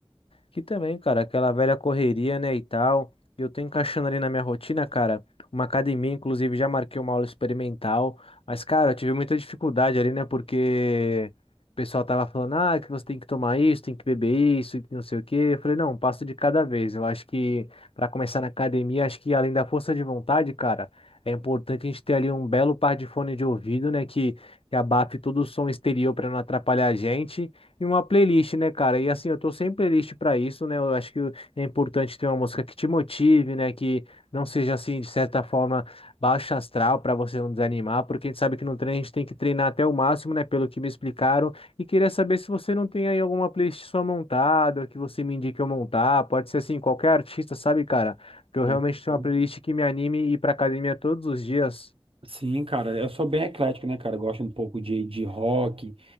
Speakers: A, on the left; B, on the right.
A: Que também, cara, aquela velha correria, né, e tal. E Eu tô encaixando ali na minha rotina, cara, uma academia, inclusive já marquei uma aula experimental. Mas, cara, eu tive muita dificuldade ali, né, porque o pessoal tava falando, ah, que você tem que tomar isso, tem que beber isso, e não sei o quê. Eu falei, não, um passo de cada vez. Eu acho que pra começar na academia, acho que além da força de vontade, cara, é importante a gente ter ali um belo par de fone de ouvido, né, que, que abafe todo o som exterior pra não atrapalhar a gente. E uma playlist, né, cara? E assim, eu tô sem playlist pra isso, né? Eu acho que é importante ter uma música que te motive, né? Que não seja assim, de certa forma, baixa astral pra você não desanimar, porque a gente sabe que no treino a gente tem que treinar até o máximo, né? Pelo que me explicaram. E queria saber se você não tem aí alguma playlist sua montada, que você me indique eu montar. Pode ser assim, qualquer artista, sabe, cara? Porque eu
B: Sim,
A: realmente tenho
B: sim.
A: uma playlist que me anime e ir pra academia todos os dias.
B: Sim, cara. Eu sou bem eclético, né, cara? Eu gosto um pouco de, de rock,